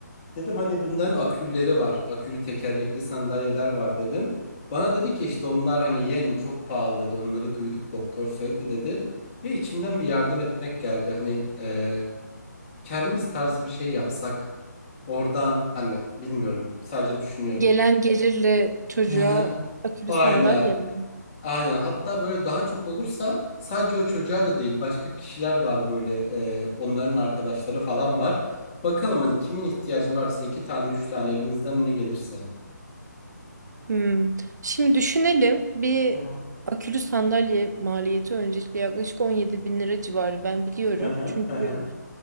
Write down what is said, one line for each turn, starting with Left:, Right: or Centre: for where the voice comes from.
Left: Dedim hani bunların akülleri var. Akülü tekerlekli sandalyeler var dedim. Bana dedi ki işte onlar hani yeğenim çok pahalı dedi. Onları duyduk doktor söyledi dedi. Ya içimden bir yardım etmek geldi. Hani e, kermes tarzı bir şey yapsak. Oradan hani bilmiyorum sadece düşünüyorum.
Right: Gelen gelirle çocuğa
Left: Hı hı.
Right: akülü
Left: Aynen.
Right: sandalye mi?
Left: Aynen. Hatta böyle daha çok olursa sadece o çocuğa da değil başka kişiler var böyle e, onların arkadaşları falan var. Bakalım hani kimin ihtiyacı varsa iki tane üç tane elimizden ne gelirse.
Right: Hmm. Şimdi düşünelim. Bir
Left: Hı hı.
Right: akülü sandalye maliyeti öncelikle yaklaşık 17 bin lira civarı ben biliyorum.
Left: Hı hı.
Right: Çünkü
Left: Hı hı.